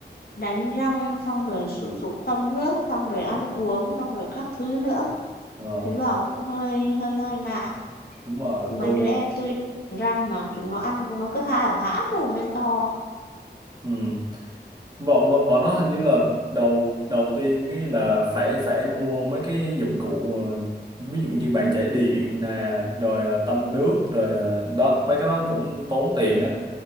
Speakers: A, on the left; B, on the right.
A: Đánh răng xong rồi sử dụng tăm nước, xong rồi ăn uống, xong rồi các thứ nữa.
B: ờ
A: Thế bảo cũng hơi hơi hơi ngại.
B: đúng rồi
A: Mấy
B: tôi
A: đứa em tôi răng mà chúng nó ăn chúng nó cứ há há mồm lên to
B: ừ. bọn bọn bọn nó hình như là đầu đầu tiên ấy là phải phải mua mấy cái dụng cụ ờ, ví dụ như bàn chải điện nè rồi ờ, tăm nước rồi ờ, đó mấy cái đó cũng tốn tiền á